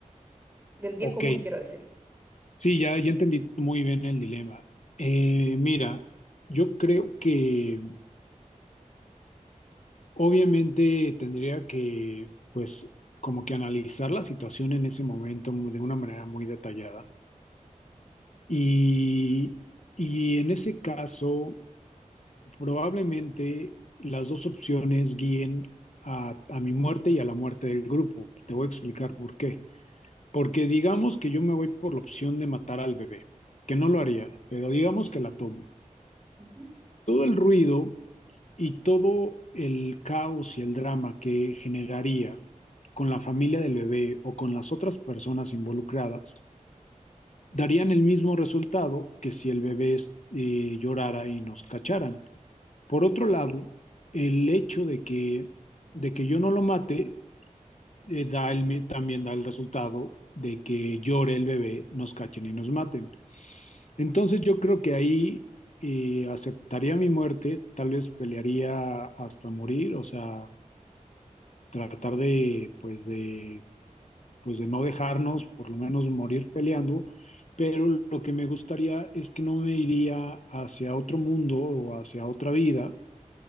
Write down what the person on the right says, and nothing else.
del bien
común, quiero decir.
Ujú.